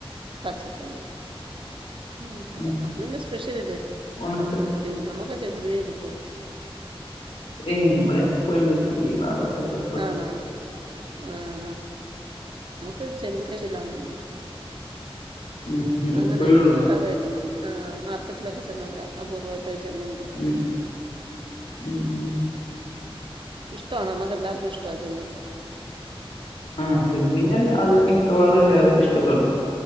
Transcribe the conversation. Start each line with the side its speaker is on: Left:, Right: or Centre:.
Right: പച്ചച്ചമ്മി മ് അ
Left: ഉം
Right: അത് പിന്നെ സ്പെഷ്യലല്ലേ
Left: ഒണക്ക
Right: ൻ നമക്ക് ചെമ്മീനെ കിട്ടൂ
Left: ഏ ഇവടെ എപയും കിട്ടും ഈ ഭാഗത്തക്കെ
Right: ആണോ ആഹ് <unintelligible> നമുക്ക് ചെമ് കശ് ലാണന്ന്
Left: ഉം എപ്പോഴും
Right: അങ്ങനെ
Left: ഉള്ളതാ
Right: കിട്ടാറേല്ല ആഹ് മർ കറ്റ്ലൊക്ക ചെന്നാല അപൂർവായിട്ടെ ചെമ്മീൻ കിട്ടും
Left: ഉം ഉം ഉം
Right: മ് ഇഷ്ടാ നമുക്ക് എല്ലാർക്കും ഇഷ്ടാ ചെമ്മീൻ
Left: ആ ചെമ്മീനൽ അത് മിക്കവാറു എല്ലാർക്കും ഇഷ്ടപ്പെടും